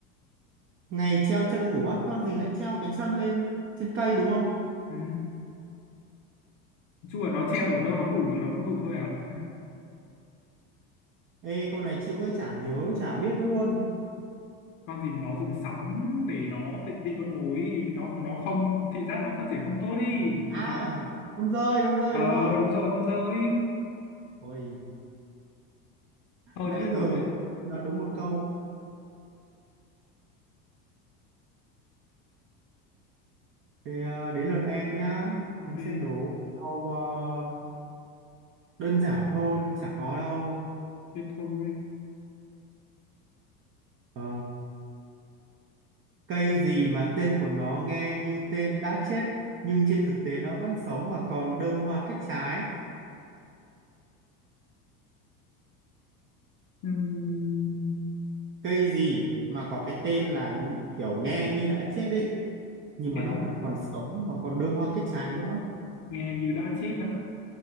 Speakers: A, on the right; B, on the left.
A: ngày treo chân ngủ á con gì lại treo cái chân lên trên cây đúng không
B: ừ. chuồn nó treo được ở đâu nó ngủ nó cứ ngủ thôi à
A: ê con này chịu ấy chả nhớ chả biết luôn
B: con gì mà nó dùng sóng để nó định vị con mồi ý. nó nó không thị giác nó phát triển không tốt đi
A: à
B: mà
A: con dơi con dơi
B: ờ
A: đúng không
B: đúng rồi con dơi
A: ôi
B: thôi
A: nãy
B: cho em
A: giờ
B: đố ấy
A: đoán đúng một câu thì ờ, đến lượt em nhá
B: ok
A: em sẽ đố một câu ờ, đơn giản thôi chả khó đâu
B: thế thôi
A: Ờ, Cây gì mà tên của nó nghe như tên đã chết nhưng trên thực tế nó vẫn sống và còn đơm hoa kết trái.
B: Ừm,
A: Cây gì mà có cái tên là kiểu nghe như đã chết ấy nhưng mà
B: nghe
A: nó
B: như,
A: vẫn còn sống mà còn đơm hoa kết trái nữa.
B: nghe như đã chết á